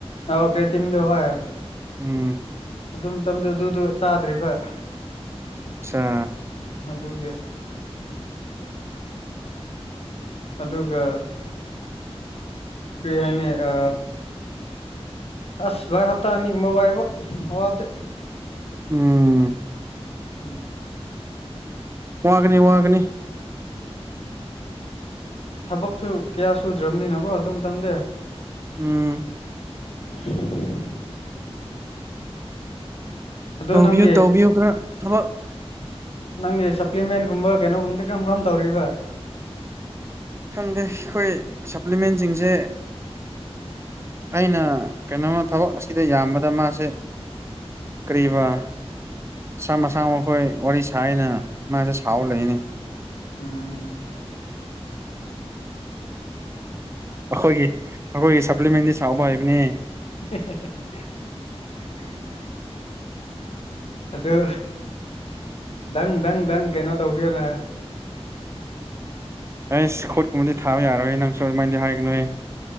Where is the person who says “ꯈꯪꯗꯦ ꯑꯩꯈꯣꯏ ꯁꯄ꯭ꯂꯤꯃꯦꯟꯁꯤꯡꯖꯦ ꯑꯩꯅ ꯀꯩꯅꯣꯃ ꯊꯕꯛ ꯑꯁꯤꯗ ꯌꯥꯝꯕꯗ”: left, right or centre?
Right